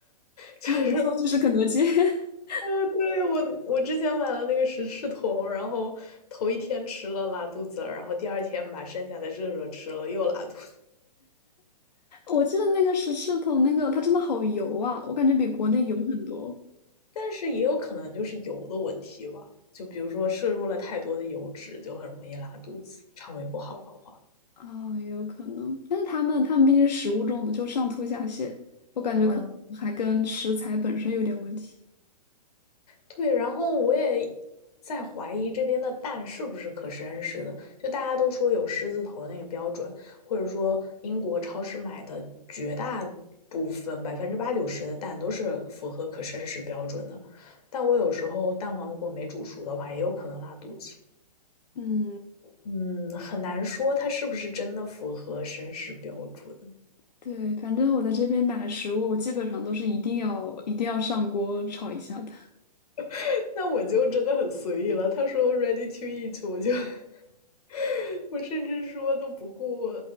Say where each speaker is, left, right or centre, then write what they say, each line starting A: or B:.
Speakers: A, on the left; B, on the left.
A: <laughs> 就是，
B: 啊，我说就是肯德基，<laughs>
A: 呃，对，我我之前买了那个十翅桶，然后头一天吃了拉肚子，然后第二天把剩下的热热吃了又拉肚
B: 我记得那个十字桶那个它真的好油啊，我感觉比国内油很多
A: 但是也有可能就是油的问题吧。就比如说摄入了太多的油脂，就很容易拉肚子，肠胃不好的话。
B: 啊，有可能。但是他们他们毕竟是食物中毒，就上吐下泻，我感觉可能还跟食材本身有点问题。
A: 嗯，对，然后我也在怀疑这边的蛋是不是可生食的，就大家都说有狮子头那个标准，或者说英国超市买的绝大部分百分之八九十的蛋都是符合可生食标准的，但我有时候蛋黄如果没煮熟的话，也有可能拉肚子。
B: 嗯，
A: 嗯，很难说他是不是真的符合绅士标准。
B: 对，反正我在这边买食物，我基本上都是一定要一定要上锅炒一下的。
A: <laughs> 那我就真的很随意了。他说 ready to eat，我就 <laughs> 我甚至说都不顾，